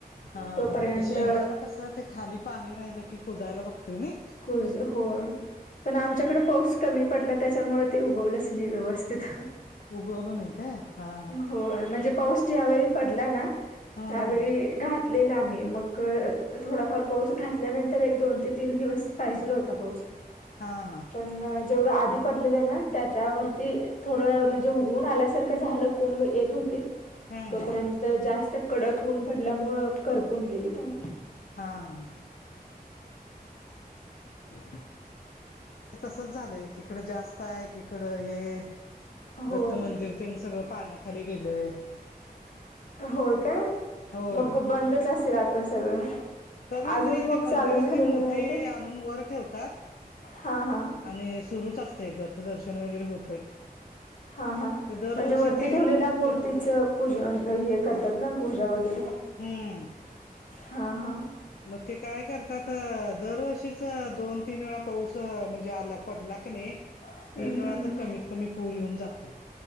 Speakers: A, on the left (about 70°); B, on the left (about 55°).
A: हा.
B: तोपर्यंत
A: मग ते शेंगाला कसं ते खाली पाणी राहिलं की कुजायला बघतयं नई.
B: कुजु होय. पण आमच्याकडे पाऊस -- कमी पडला त्याच्यामुळे ते उगवलंच नाही व्यवस्थित.
A: उगवलं नाही काय हा
B: होय म्हणजे पाऊस ज्यावेळी पडला ना
A: हा
B: त्यावेळी
A: हा
B: घा तलेल आम्ही मग थोडाफार पाऊस घातल्यानंतर एक दोन ते तीन दिवस- - पाहिजेल होता पाऊस.
A: हा. हा.
B: पण जेवढं आधी पडलेलं हे ना त्याच्यावरती थोडं म्हणजे उगून आल्यासारखं झालं. कोंब येत होतीत.
A: हम्म
B: तोपर्यंत
A: हम्म
B: जास्त कडक ऊन पडल्यामुळ करपून गेलीत आणि.
A: हा. हा. हा. <unintelligible> हे तसच झालंय. एकिकड जास्त हाय एकिकड हे.
B: होय
A: दत्त मंदिर तेन सगळं पाण्याखाली गेलय.
B: होय काय
A: होय
B: मग बंदच असेल आता सगळं.
A: तरी
B: अजून
A: नाही
B: मग
A: ते मंदिरातली
B: चालू झालं
A: मूर्ती
B: नाही आहे काय
A: आणून वर ठेवतात.
B: हा हा.
A: आणि सुरूच असतय त्यात दर्शन वगैरे होतय.
B: हा हा
A: ते दरवर्षी
B: म्हणजे वरती
A: तीन
B: ठेवलेल्या मूर्तीच पूज हे करतात ना पूजा वगैरे
A: हम्म.
B: हा हा
A: मग ते काय करतात दरवर्षीच दोन तीन वेळा पाऊस म्हणजे आला पडला क नाही
B: हम्म
A: तीन वेळा
B: हम्म
A: तर
B: हम्म
A: कमीत कमी पूर येऊन जातोय.